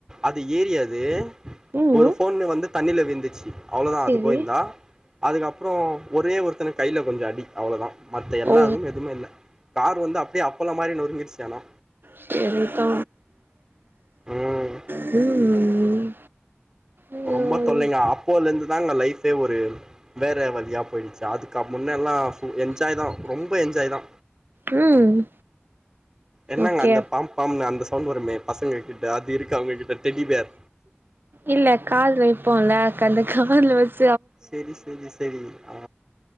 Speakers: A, on the right (about 15°); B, on the right (about 55°).
A: அது ஏரி அது
B: ம்
A: ஒரு ஃபோனு வந்து தண்ணில வீழ்ந்துச்சி அவ்ளோதா
B: சேரி
A: அது கோயிந்தா அதுக்கப்றோ ஒரே ஒருத்தனுக் கைல கொஞ்சோ அடி அவ்ளோதா மத்த எல்லாருக்கு
B: ஓ
A: எதுமே இல்ல காரு வந்து அப்டியே அப்பலோ மாரி நொறுங்கிருச்சி ஆனா
B: செரிப்பா
A: ம்
B: ம் ஐயோ
A: ரொம்ப தொல்லைங்க அப்போலேந்து தாங்க லைஃபே ஒரு வேற வழியா போயிடுச்சி அதுக்க முன்னேல்லா என்ஜாய்தா ரொம்ப என்ஜாய்தா
B: ம்
A: என்னங்க
B: ஓகே
A: அந்த பாம் பாம்னு அந்த சவுண்ட் வருமே பசங்க கிட்ட அது இருக்கா ஒங்ககிட்ட டெடிபேர்
B: இல்ல கால் வைப்போல்ல க அந்த காதுல வச்
A: செரி செரி செரி ஆ